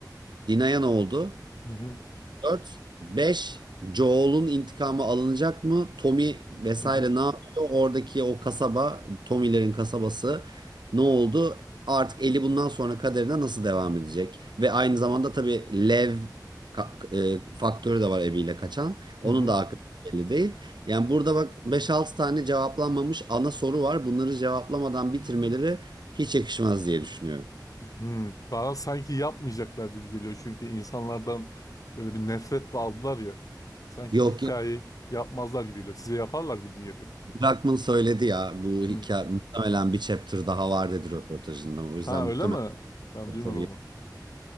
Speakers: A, on the right; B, on the left.
A: Dina'ya ne oldu?
B: Hı hı.
A: 4, 5, Joel'un intikamı alınacak mı? Tommy vesaire
B: Hı hı.
A: ne yapıyor? Oradaki o kasaba, Tommy'lerin kasabası ne oldu? Artık Eli bundan sonra kaderine nasıl devam edecek? Ve aynı zamanda tabii Lev ka- e, faktörü de var eviyle kaçan. Onun
B: Hı hı.
A: da akıbeti belli değil. Yani burada bak beş altı tane cevaplanmamış ana soru var. Bunları cevaplamadan bitirmeleri hiç yakışmaz diye düşünüyorum.
B: Hı. Daha sanki yapmayacaklar gibi geliyor. Çünkü insanlardan böyle bir nefretle aldılar ya. Sanki
A: Yok
B: hikayeyi
A: yok.
B: yapmazlar gibi geliyor. Size yaparlar gibi mi geliyor?
A: Druckmann söyledi ya bu hikaye
B: Hı.
A: muhtemelen bir chapter daha var dedi röportajında. O yüzden
B: Ha
A: muhtemelen
B: öyle mi? Ben duymadım
A: tabii
B: onu.